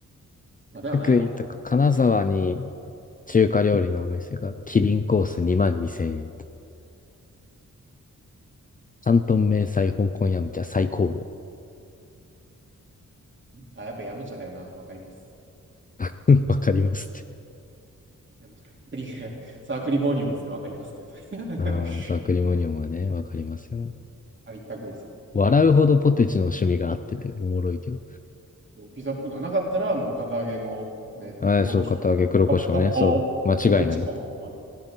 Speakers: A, on the right; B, on the left.
A: まあ、
B: <laughs>
A: だよな、
B: 福井とか金沢に
A: やろ。
B: 中華料理のお店が、キリンコース2万2000円。ト東迷彩香港ヤムチャ最高炉。
A: あ、やっぱ、ヤムチャだよな、わかります。
B: <laughs> わかりますって。
A: ヤムチャ。クリ <laughs>、サークリモニオンですね、わかりますってやつ。<laughs>
B: ああ、サクリモニオンはね、わかりますよ。
A: あれ一択ですね。
B: 笑うほどポテチの趣味があってて、おもろいけど。
A: ピザポートなかったら、もう、堅揚げの、ね、
B: ああ、
A: 黒胡椒か、
B: そう、片揚げ黒胡椒ね。
A: あピザポーどっちかな。
B: そう、間違いない。